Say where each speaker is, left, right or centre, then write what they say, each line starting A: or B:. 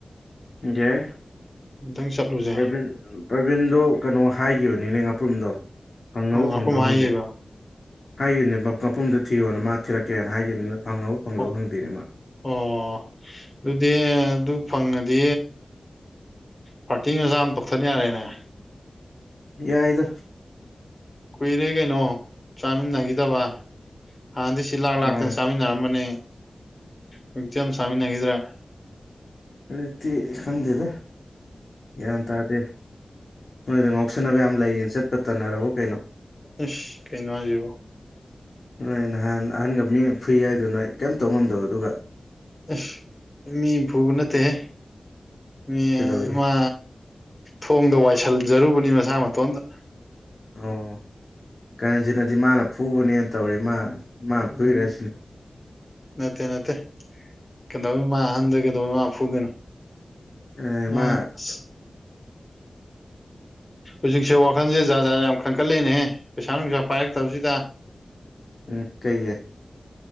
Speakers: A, on the left (about 55°); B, on the left (about 30°).
A: ꯌꯥꯏ
B: ꯑꯃ ꯇꯪ ꯆꯠꯂꯨꯁꯦ
A: ꯄ꯭ꯔꯕꯤꯟ ꯄ꯭ꯔꯕꯤꯟꯗꯣ ꯀꯩꯅꯣ ꯍꯥꯏꯈꯤꯕꯅꯤꯅꯦ ꯉꯥꯄ꯭ꯔꯨꯝꯗꯣ ꯐꯪꯉꯕ
B: ꯑꯣ ꯉꯥꯄ꯭ꯔꯨꯝ
A: ꯐꯪꯗꯕ
B: ꯍꯥꯏꯈꯤꯕ
A: ꯈꯪꯗꯦ ꯍꯥꯏꯒꯅꯦ ꯃꯐꯝꯗ ꯊꯤꯌꯣꯅ ꯃꯥ ꯊꯤꯔꯛꯀꯦꯅ ꯍꯥꯏꯒꯅꯤꯅ ꯐꯪꯍꯧ ꯐꯪꯍꯧ
B: ꯑꯣ
A: ꯍꯪꯗꯣꯏꯅꯦ ꯃꯥ
B: ꯑꯣ ꯑꯗꯨꯗꯤ ꯑꯗꯨ ꯐꯪꯉꯗꯤ ꯄꯥꯔꯇꯤ ꯃꯆꯥ ꯑꯃ ꯇꯧꯊꯠ ꯌꯥꯔꯦꯅꯦ
A: ꯌꯥꯏꯗ
B: ꯀꯨꯏꯔꯦ ꯀꯩꯅꯣ ꯆꯥꯃꯤꯟꯅꯈꯤꯗꯕ ꯍꯥꯟꯅꯗꯤ ꯁꯤ ꯂꯥꯛ
A: ꯃꯥꯅꯦ
B: ꯂꯥꯛꯇꯅ ꯆꯥꯃꯤꯟꯅꯔꯝꯕꯅꯤ ꯍꯧꯖꯤꯛꯇꯤ ꯑꯃ ꯆꯥꯃꯤꯟꯅꯈꯤꯗ꯭ꯔꯦ
A: ꯍꯟꯗꯛꯇꯤ ꯑꯩꯁꯨ ꯈꯪꯗꯦꯗ ꯒ꯭ꯌꯥꯟ ꯇꯥꯗꯦ ꯅꯣꯏꯗ ꯉꯥꯎꯁꯟꯅꯕ ꯌꯥꯝ ꯂꯩꯌꯦꯅ ꯆꯠꯄ ꯇꯟꯅꯔꯕ ꯀꯩꯅꯣ
B: ꯏꯁ ꯀꯩꯅꯣ ꯍꯥꯏꯁꯤꯕꯣ
A: ꯅꯣꯏ ꯅꯍꯥꯟ ꯑꯍꯟꯒ ꯃꯤ ꯑꯃꯒ ꯐꯨꯏ ꯍꯥꯏꯗꯣ ꯅꯣꯏ ꯀꯩꯝ ꯇꯧ ꯉꯝꯗꯕ ꯑꯗꯨꯒ
B: ꯑꯤꯁ ꯃꯤꯅ ꯐꯨꯕ ꯅꯠꯇꯦꯍꯦ ꯃꯤ
A: ꯀꯩꯗꯧꯋꯤ
B: ꯃꯥ ꯊꯣꯡꯗ ꯋꯥꯏꯁꯤꯟꯖꯔꯨꯕꯅꯤ ꯃꯁꯥ ꯃꯇꯣꯟꯗ
A: ꯑꯣ ꯀꯩꯅꯣꯁꯤꯅꯗꯤ ꯃꯥꯅ ꯐꯨꯕꯅꯦꯅ ꯇꯧꯔꯤ ꯃꯥ ꯃꯥꯅ
B: UNINTELLIGIBLE
A: ꯐꯨꯏꯔ ꯁꯤꯅꯤ
B: ꯅꯠꯇꯦ ꯅꯠꯇꯦ ꯀꯩꯗꯧ ꯃꯥ ꯑꯍꯟꯗ ꯀꯩꯗꯧꯕꯩ ꯃꯥ ꯐꯨꯗꯣꯏꯅꯣ
A: ꯑꯦ
B: ꯑ
A: ꯃꯥ
B: ꯑꯁ ꯍꯧꯖꯤꯛꯁꯦ ꯋꯥꯈꯜꯁꯦ ꯖꯥꯔ ꯖꯥꯗ ꯌꯥꯝ ꯈꯟꯀꯠꯂꯛꯦꯅꯦꯍ ꯄꯩꯁꯥ ꯅꯨꯡꯁꯥ ꯄꯥꯏꯔꯛꯇꯕꯁꯤꯗ
A: ꯎꯝ ꯀꯩꯒꯤ